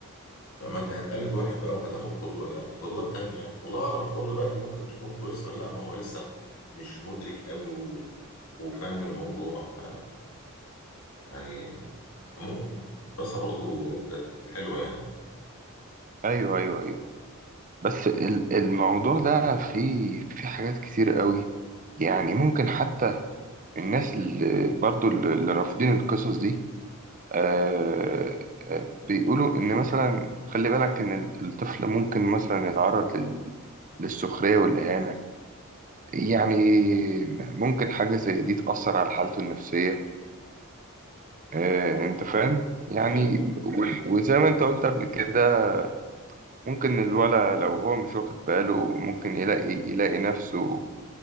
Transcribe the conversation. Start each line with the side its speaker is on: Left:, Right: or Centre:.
Left: ما انت هتقلد واحد بقى وهتاخد قدوه يعني قدوات تانية يعني والله اعلم القدوه بقى دي ممكن تكون كويسه ولا لا ما هو لسه مش مدرك قوي و... وفاهم الموضوع ف يعني فمو- الدراسه برضو كانت حلوه يعني
Right: ايوه ايوه ايوه بس ال- الموضوع ده فيه في حاجات كتير قوي يعني ممكن حتى الناس اللي برضو اللي رافضين القصص دي آه آه، بيقولوا إن مثلا خلي بالك إن ال- الطفل ممكن مثلا يتعرض لل- للسخرية والإهانة يعني ممكن حاجة زي دي تأثر على حالته النفسية آه أنت فاهم؟ يعني
Left: ايوه
Right: و- وزي ما أنت قلت قبل كده ممكن الولد لو هو مش واخد باله ممكن يلاقي يلاقي نفسه